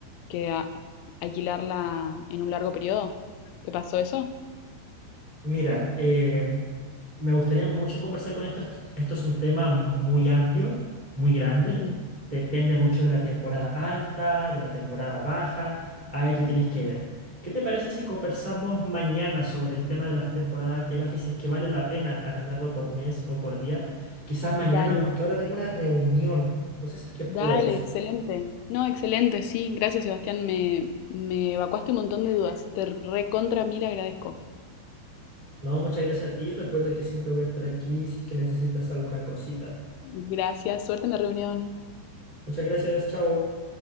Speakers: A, on the left; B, on the right.
A: que a- alquilarla en un largo periodo. ¿Te pasó eso?
B: Mira, em, me gustaría mucho conversar con esto. Esto, esto es un tema muy amplio, muy grande.
A: Ujú.
B: Depende mucho de la temporada alta, de la temporada baja. Ahí tú tienes que
A: Claro.
B: ver. ¿Qué te parece si conversamos mañana sobre el tema de las temporadas alta y baja y si es que vale la pena arrendarlo por mes o por día? Quizás mañana,
A: Dale,
B: porque ahora tengo una reunión. No sé si es que puedes.
A: dale, excelente. No, excelente, sí. Gracias, Sebastián. Me, me evacuaste un montón de dudas. Te recontra mil agradezco.
B: No, muchas gracias a ti. Recuerda que siempre voy a estar aquí si es que necesitas alguna cosita.
A: Gracias. Suerte en la reunión.
B: Muchas gracias, chao.